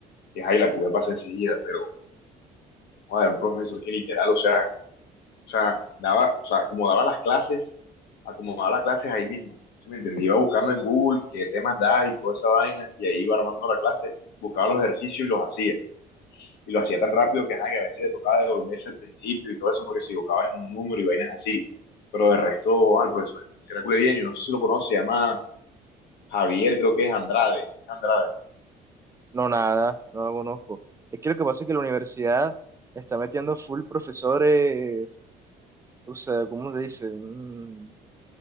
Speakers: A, on the left; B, on the right.
A: y ahí la pude pasar enseguida, pero... Joder, un profesor que literal, o sea, O sea, daba, o sea, acomodaba las clases, acomodaba las clases ahí mismo. ¿Sí me entiendes? Iba buscando en Google qué temas da y toda esa vaina, y ahí iba armando la clase, buscaba los ejercicios y los hacía. Y lo hacía tan rápido que, ajá, que a veces le tocaba devolverse al principio y todo eso porque se equivocaba en un número y vainas así. Pero de resto, al profesor, que era cule bien, yo no sé si lo conoce, se llama Javier, creo que es Andrade. Andrade,
B: No, nada, no lo conozco. Es que lo que pasa es que la universidad está metiendo full profesores, o sea, ¿cómo se dice? Mm,